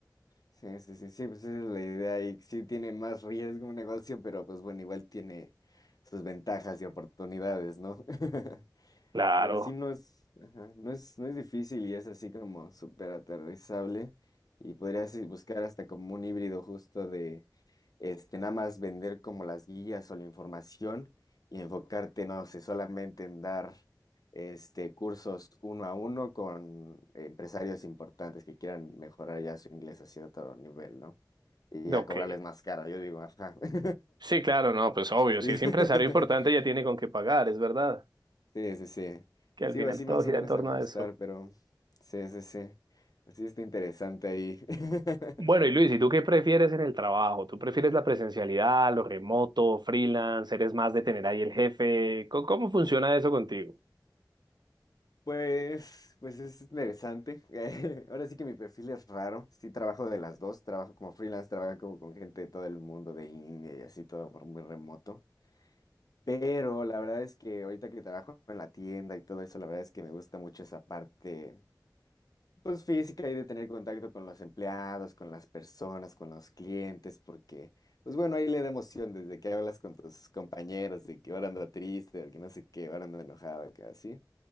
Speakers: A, on the left (about 60°); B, on the right (about 75°).
A: Sí, sí, sí, sí, pues esa es la idea y sí tiene más riesgo un negocio, pero pues bueno, igual tiene sus ventajas y oportunidades, ¿no? <laughs>
B: Claro,
A: Pero sí no es, ajá, no es, no es difícil y es así como súper aterrizable. Y podrías eh, buscar hasta como un híbrido justo de este, nada más vender como las guías o la información y enfocarte, no sé, solamente en dar este cursos uno a uno con empresarios importantes que quieran mejorar ya su inglés a cierto nivel, ¿no? Y ya
B: ok.
A: cobrarles más caro, yo digo, ajá. <laughs>
B: Sí, claro, no, pues obvio,
A: Sí.
B: si es empresario importante
A: <laughs>
B: ya tiene con qué pagar, es verdad,
A: Sí, sí, sí.
B: que al
A: Sigo
B: final
A: así
B: todo
A: más
B: gira
A: o menos
B: en torno
A: a ajustar,
B: a eso.
A: pero sí, sí, sí. Así está interesante ahí. <laughs>
B: Bueno, y Luis, ¿y tú qué prefieres en el trabajo? ¿Tú prefieres la presencialidad, lo remoto, freelance? ¿Eres más de tener ahí el jefe? ¿Cómo, cómo funciona eso contigo?
A: Pues, pues es interesante. <laughs> Ahora sí que mi perfil es raro. Sí, trabajo de las dos. Trabajo como freelance, trabajo con gente de todo el mundo, de India y así, todo por muy remoto. Pero la verdad es que ahorita que trabajo en la tienda y todo eso, la verdad es que me gusta mucho esa parte. Pues física y de tener contacto con los empleados, con las personas, con los clientes, porque, pues bueno, ahí le da emoción desde que hablas con tus compañeros de que ahora anda triste, de que no sé qué, ahora anda enojado, que así.